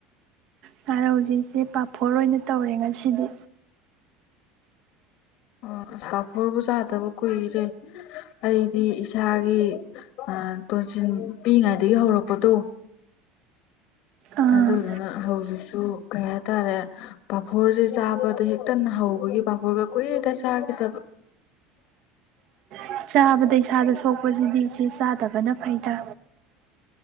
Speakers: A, on the right (about 50°); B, on the left (about 55°).
A: ꯉꯔꯧꯖꯦ ꯏꯆꯦ ꯄꯥꯐꯣꯔ ꯑꯣꯏꯅ ꯇꯧꯔꯦ ꯉꯁꯤꯗꯤ
B: ꯑꯣ ꯄꯥꯐꯣꯔꯕꯨ ꯆꯥꯗꯕ ꯀꯨꯏꯔꯦ ꯑꯩ ꯗꯤ ꯏꯁꯥꯒꯤ ꯑ ꯇꯣꯟꯁꯤꯟ ꯄꯤꯏꯉꯩꯗꯒꯤ ꯍꯧꯔꯛꯄꯗꯣ
A: ꯑꯥ
B: ꯑꯗꯨꯗꯨꯅ ꯍꯧꯖꯤꯛꯁꯨ ꯀꯩ ꯍꯥꯏꯇꯥꯔꯦ ꯄꯥꯐꯣꯔꯁꯦ ꯆꯥꯕꯗ ꯍꯦꯛꯇ ꯅ ꯍꯧꯕꯒꯤ ꯄꯥꯐꯣꯔꯕꯧ ꯀꯨꯏꯔꯦꯇ ꯆꯥꯒꯤꯗꯕ
A: ꯔ <inaudible> ꯆꯥꯕꯗ ꯏꯁꯥꯗ ꯁꯣꯛꯄꯁꯤꯗꯤ ꯏꯆꯦ ꯆꯥꯗꯕꯅ ꯐꯩꯗ